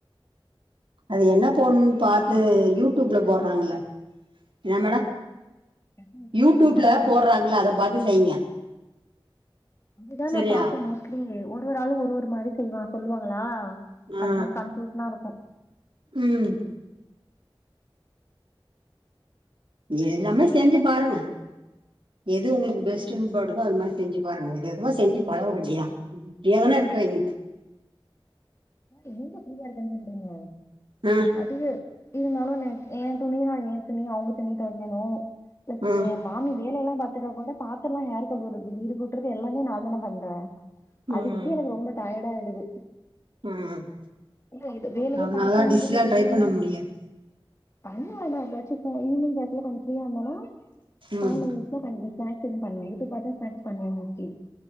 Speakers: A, on the right; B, on the left.
A: அது என்ன போடணும்ன்னு பாத்து
B: சட்னிலா வச்சு
A: யூடியூப்ல
B: முடிச்சிட்டீங்களா
A: போடுறாங்கள்ல என்ன மேடம்
B: ஆமா சட்னி வச்சு
A: யூடியூப்ல
B: முடிச்சிட்டீங்களா
A: போடுறாங்கள அதை பாத்து செய்யுங்க
B: அதுதா
A: சரியா
B: நா பாப்ப மோஸ்ட்லி ஒரு ஒரு ஆளு ஒரு ஒரு மாரி செய்வா சொல்லுவாங்களா அதுக்குமே
A: ஆ
B: கன் டியுஷனா இருக்கும்
A: ம் நீங்க எல்லாமே
B: ம்.
A: செஞ்சு பாருங்க எது உங்களுக்கு
B: வீட்ல
A: பெஸ்ட்டுன்
B: இருக்கு எனக்கு.
A: படுதோ அது மாரி செஞ்சு பாருங்க வித விதமா செஞ்சு பழக வேண்டிதான் ஃப்ரீயாதானே இருக்குறீங்க
B: அவ்ளோதான்.
A: இப்ப
B: எங்க ஃப்ரீயா இருக்குன் சொல்றீங்க
A: ஆ
B: அதுக்கு இருந்தாலும் நா என் ஏன் துணினா என் துணி அவங்க துணி துவைக்கணும் ப்ளஸ்
A: ஆ
B: ஏ மாமி வேலையெல்லா பாத்துட்டா கூட பாத்தரல்லா யார் கழுவுறது வீடு கூட்டுறது எல்லாமே நா தான பண்ண அ
A: ம்
B: அதுக்கே எனக்கு ரொம்ப டயர்ட் ஆய்டுது
A: ம்
B: இ இது வேலை
A: அதனால
B: பாக்காம
A: டிஷ்லா
B: இருந்துட்டு திடீர்ணு
A: ட்ரை பண்ண முடியாது
B: அம்மா என்ன எப்பயாச்சு போ ஈவ்னிங் டைத்துல கொஞ்சோ ஃப்ரீயா இருந்தனா ப
A: ம்
B: நா கொஞ்சோ ஸ்நக்ஸ் எது பண்ணுவ இட்டு பாதா ஸ்நக்ஸ் பண்ணுவ நக்கி